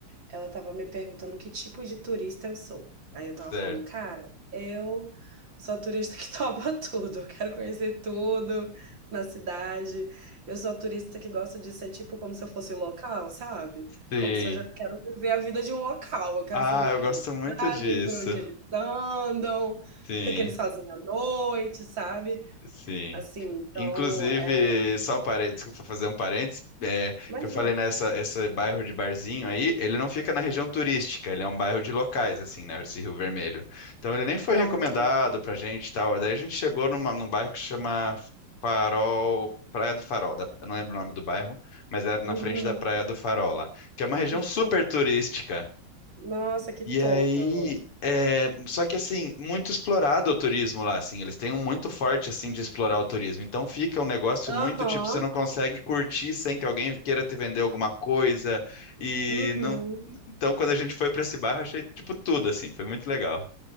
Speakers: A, on the right; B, on the left.
A: ela tava me perguntando que tipo de turista eu sou. Aí eu tava
B: Certo.
A: falando, cara, eu sou a turista que <laughs> topa tudo. Eu quero conhecer tudo na cidade. Eu sou a turista que gosta de ser tipo como se eu fosse local, sabe?
B: Sim.
A: Como se eu já quero viver a vida de um local. Eu quero
B: Ah,
A: saber o
B: eu
A: que que
B: gosto
A: eles
B: muito
A: fazem,
B: disso.
A: por onde eles andam, o
B: Sim,
A: que que eles fazem à noite, sabe?
B: sim.
A: Assim, então,
B: Inclusive,
A: é,
B: só um parênteses, desculpa fazer um parênteses, é,
A: imagina.
B: que eu falei nessa, esse bairro de barzinho aí, ele não fica na região turística, ele é um bairro de locais, assim, né, esse Rio Vermelho. Então ele nem foi
A: Pronto.
B: recomendado pra gente e tal, daí a gente chegou numa, num bairro que se chama Farol, Praia do Farol, da- eu não lembro o nome do bairro, mas era na
A: Uhum.
B: frente da Praia do Farol lá, que é uma região
A: Que
B: super
A: tudo.
B: turística.
A: Nossa, que
B: E
A: tudo.
B: aí, é, só que assim, muito explorado o turismo lá, assim, eles têm um muito forte assim de explorar o turismo. Então fica um negócio
A: Aham.
B: muito tipo, você não consegue curtir sem que alguém queira te vender alguma coisa. E
A: Uhum.
B: não, então quando a gente foi para esse bar, eu achei tipo tudo assim, foi muito legal.